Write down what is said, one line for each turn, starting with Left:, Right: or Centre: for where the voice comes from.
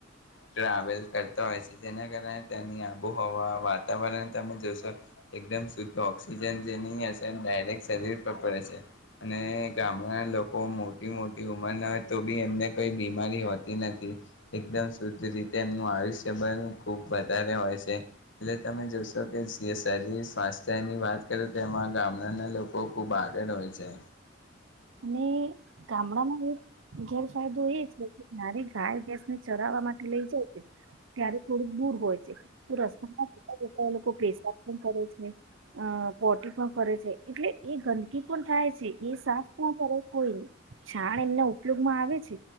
Left: ટ્રાવેલ કરતા હોય છે જેના કારણે તેની આબોહવા વાતાવરણ તમે જોશો એકદમ શુદ્ધ ઓક્સિજન જે નહીં હશે ડાયક શરીર પર પડે છે અને ગામડાના લોકો મોટી મોટી ઉંમરના હોય તો બી એમને કોઈ બીમારી હોતી નથી એકદમ શુદ્ધ રીતે એમનું આયુષ્યબલ ખૂબ વધારે હોય છે એટલે તમે જોશો કે જે શરીર સ્વાસ્થ્યની વાત કરો તો એમાં ગામ ને લોકો ખુબ આગળ હોય છે.
Right: અને ગામડામાં એક ગેરફાયદો એ છે કે જારે ગાય ફેસને ચરાવા માટે લઈ જાય છે ત્યારે થોડુંક દૂર હોય છે તો રસ્તામાં જતા જતા એ લોકો પેશાબ પણ કરે છે અ પોટી પણ કરે છે એટલે એ ગંદકી પણ થાય છે એ સાફ કોણ કરે કોઈ નહી છાણ એમને એટલોગમાં આવે છે.